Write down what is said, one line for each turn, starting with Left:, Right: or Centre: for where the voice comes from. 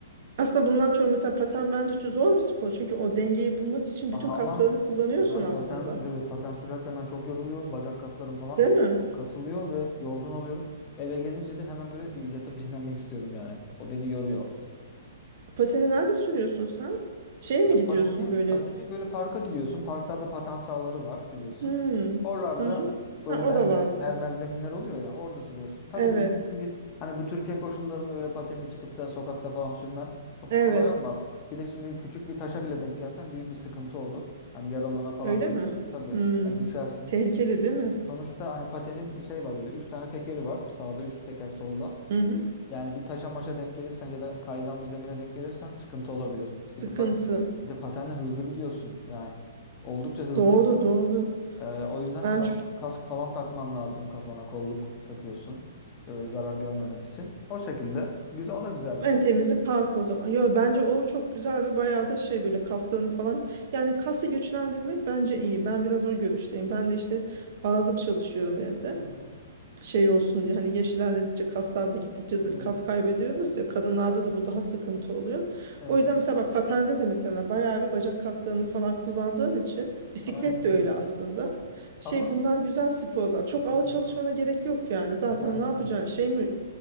Right: aslında bundan çok mesela paten bence çok zor bir spor. Çünkü o dengeyi bulmak için
Left: Ama
Right: bütün kaslarını kullanıyorsun
Left: ben
Right: aslında.
Left: paten tabii paten sürerken ben çok yoruluyorum. Bacak kaslarım falan
Right: Değil mi?
Left: çok kasılıyor ve yorgun oluyorum. Eve gelince de hemen böyle yatıp dinlenmek istiyorum yani. O beni yoruyor.
Right: Pateni nerede sürüyorsun sen? Şeye mi
Left: Ya
Right: gidiyorsun
Left: pateni,
Right: böyle?
Left: pateni böyle parka gidiyorsun. Parklarda paten sahaları var biliyorsun.
Right: Hmm.
Left: Oralarda
Right: Hı hı.
Left: böyle
Right: Ha, oralarda.
Left: mermer, mermer zeminler oluyor ya. Orada sürüyorsun. Tabii
Right: Evet.
Left: bizim şimdi hani bu Türkiye koşullarında öyle pateni çıkıp da sokakta falan sürmen çok
Right: Evet.
Left: kolay olmaz. Bir de şimdi küçük bir taşa bile denk gelsen büyük bir sıkıntı olur. Hani yaralana falan
Right: Öyle
Left: bilirsin.
Right: mi?
Left: Tabii
Right: Hmm.
Left: yani düşersin.
Right: Tehlikeli değil mi?
Left: Sonuçta hani patenin şey var böyle. Üç tane tekeri var. Sağda üç teker solda.
Right: Hı hı.
Left: Yani bir taşa maşa denk gelirsen ya da kaygan bir zemine denk gelirsen sıkıntı olabilir.
Right: Sıkıntı.
Left: Bir de, pa- bir de patenle hızlı gidiyorsun. Yani oldukça hızlısın.
Right: Doğru doğru.
Left: Ee, o yüzden
Right: Ben
Left: kask,
Right: şu
Left: kask falan takman lazım kafana. Kolluk takıyorsun. ee, zarar görmemek için. O şekilde. Güzel, o da güzel bir
Right: en
Left: spor.
Right: temizi park o zaman. Yo, bence o çok güzel ve bayağı da şey böyle kaslarını falan. Yani kası güçlendirmek bence iyi. Ben biraz o görüşteyim. Ben de işte ağırlık çalışıyorum evde.
Left: Hı hı.
Right: şey olsun diye hani yaş ilerledikçe kaslar da gittikçe zı-
Left: Evet.
Right: kas kaybediyoruz ya kadınlarda da bu daha sıkıntı oluyor.
Left: Evet.
Right: O yüzden mesela bak patende de mesela bayağı bir bacak kaslarını falan kullandığın için bisiklet
Left: Aynen.
Right: de
Left: öyle.
Right: öyle aslında. Şey
Left: Ama
Right: bunlar güzel sporlar. Çok ağır
Left: evet.
Right: çalışmana gerek yok yani. Zaten
Left: Güzel güzel.
Right: ne yapacaksın? Şey mi